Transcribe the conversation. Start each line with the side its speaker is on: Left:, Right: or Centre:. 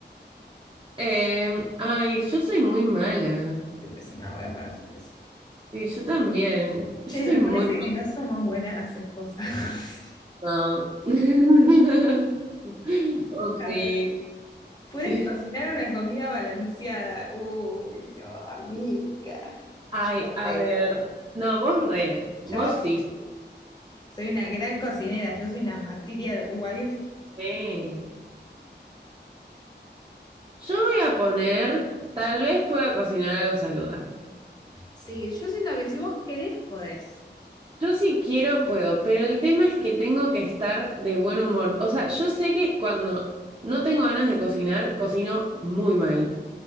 Right: Eh, ay, yo soy muy mala.
Left: Soy pésima, voy a parar, soy pésima.
Right: Y yo también. Yo
Left: Che,
Right: soy
Left: me
Right: muy
Left: parece que no somos buenas esposas. <laughs>
Right: mala. <laughs> Upsi.
Left: A ver, ¿puedes
Right: <laughs>
Left: cocinar una comida balanceada? Uy, no, amiga.
Right: Ay,
Left: Yo,
Right: a
Left: re-
Right: ver. No, vos re. Vos
Left: yo
Right: sí, sí,
Left: soy una gran cocinera, yo soy una material wife.
Right: re. Yo voy a poner, tal vez pueda cocinar algo saludable.
Left: Sí, yo siento que si vos querés, podés.
Right: Yo si quiero puedo, pero el tema es que tengo que estar de buen humor. O sea, yo sé que cuando no tengo ganas de cocinar, cocino muy mal.